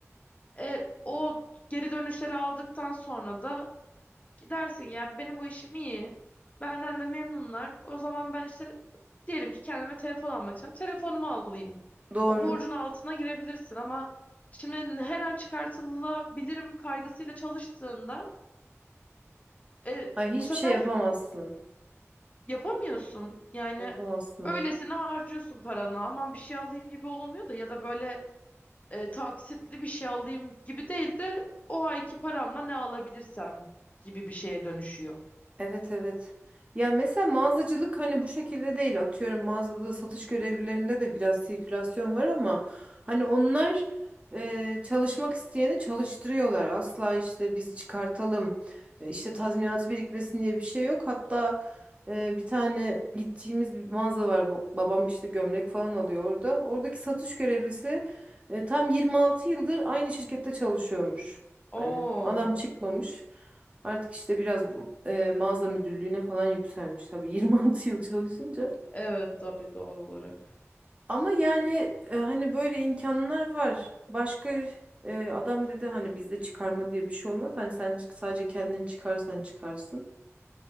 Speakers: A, on the left; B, on the right.
A: E, o geri dönüşleri aldıktan sonra da Dersin ya benim bu işim iyi. Benden de memnunlar. O zaman ben işte diyelim ki kendime telefon almak istiyorum. Telefonumu alayım.
B: Doğru.
A: O borcun altına girebilirsin ama şimdi her an çıkartılabilirim kaygısıyla çalıştığında e,
B: Ay hiçbir
A: bu sefer
B: şey yapamazsın.
A: yapamıyorsun. Yani
B: Yapamazsın. evet.
A: öylesine harcıyorsun paranı. Aman bir şey alayım gibi olmuyor da ya da böyle e, taksitli bir şey alayım gibi değil de o ayki paramla ne alabilirsem gibi bir şeye dönüşüyor.
B: Evet evet. Ya mesela mağazacılık hani bu şekilde değil. Atıyorum mağazada satış görevlilerinde de biraz sirkülasyon var ama hani onlar e, çalışmak isteyeni çalıştırıyorlar. Asla işte biz çıkartalım e, işte tazminat birikmesin diye bir şey yok. Hatta e, bir tane gittiğimiz bir mağaza var. Ba- Babam işte gömlek falan alıyor orada. Oradaki satış görevlisi e, tam 26 yıldır aynı şirkette çalışıyormuş.
A: Oo.
B: Hani adam çıkmamış. Artık işte biraz e, mağaza müdürlüğüne falan yükselmiş tabii <laughs> 26 yıl çalışınca.
A: Evet tabii doğal olarak.
B: Ama yani e, hani böyle imkanlar var. Başka e, adam dedi hani bizde çıkarma diye bir şey olmaz. Hani sen sadece kendin çıkarsan çıkarsın.